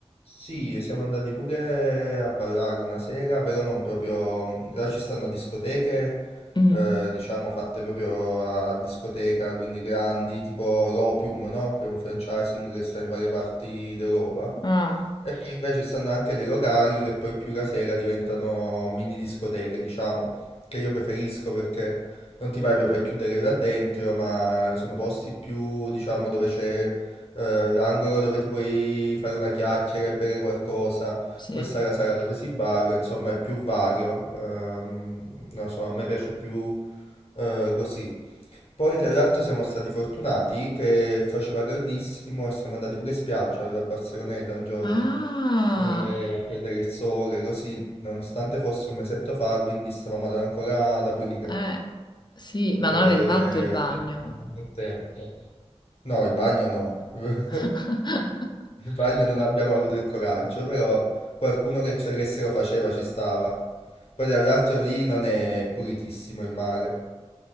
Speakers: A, on the left (about 65°); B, on the left (about 40°).
A: Sì, e siamo andati pure a ballare una sera, però non proprio... mhmm, Là ci stanno discoteche,
B: Mm.
A: eh, diciamo fatte proprio a discoteca, quindi grandi, tipo l'Opium, no? Che è un franchising che sta in varie parti d'Europa.
B: Ah,
A: E poi invece stanno anche dei locali che poi più la sera diventano mini discoteche, diciamo, che io preferisco perché non ti vai proprio a chiudere là dentro, ma sono posti più, diciamo, dove c'è eh, l'angolo dove ti puoi fare una chiacchiera e bere qualcosa,
B: sì.
A: poi sta la sala dove si balla, insomma, è più vario. Ehm, non so, a me piace più eh, così. Poi tra l'altro siamo stati fortunati che faceva caldissimo e siamo andati pure in spiaggia alla Barceloneta un giorno
B: Ah,
A: eh, a prendere il sole, così, nonostante fosse un mesetto fa, quindi stavamo ad- ancora ad aprire.
B: eh, sì, ma
A: Ehm,
B: non avete fatto il bagno.
A: era un bel tempo. No, il bagno no, <laughs>
B: <laughs>
A: il bagno non abbiamo avuto il coraggio, però qualcuno che, ce- che se lo faceva ci stava. Poi tra l'altro lì non è pulitissimo il mare.